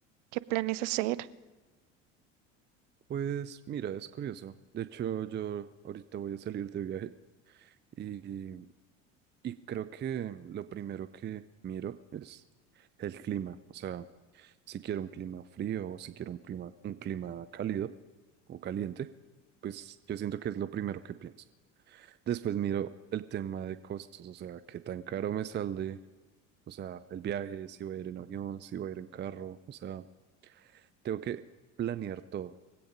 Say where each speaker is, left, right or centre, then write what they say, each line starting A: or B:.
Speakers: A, on the right; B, on the right.
A: qué planes hacer.
B: Pues mira, es curioso. De hecho, yo ahorita voy a salir de viaje y, y creo que lo primero que miro es el clima. O sea, si quiero un clima frío o si quiero un clima, un clima cálido o caliente, pues yo siento que es lo primero que pienso. Después miro el tema de costos, o sea, qué tan caro me sale, o sea, el viaje, si voy a ir en avión, si voy a ir en carro, o sea, tengo que planear todo.